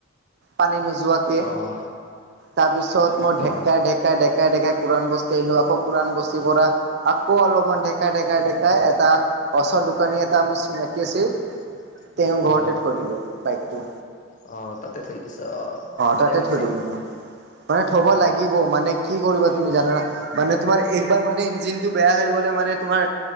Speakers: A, on the right; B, on the left.
A: পানী নোযোৱা কে
B: অ',
A: তাৰপিছত মই ঢেকা
B: অ',
A: ঢেকা ঢেকাই ঢেকাই কোৰান বস্তুি আহিলো আকৌ উৰাণ বস্তি পৰা। আকৌ অলপমান ঢেকাই ঢেকাই ঢেকাই এটা ওচৰ দোকানী এটা মোৰ চিনাকি আছিল।
B: <inaudible>
A: তেওঁ ঘৰতে
B: অ',
A: কৰি দিলো বাইকটো।
B: অ তাতে থৈ দিছ অ ভালে
A: তাতে
B: কৰছা।
A: থৈ দিলো মই। মানে থব
B: অ',
A: লাগিব মানে কি কৰিবা তুমি জানা না?
B: অ',
A: তোমাৰ একবাৰ মানে ইঞ্জিন টো বেয়া হৈ গলে মানে তোমাৰ।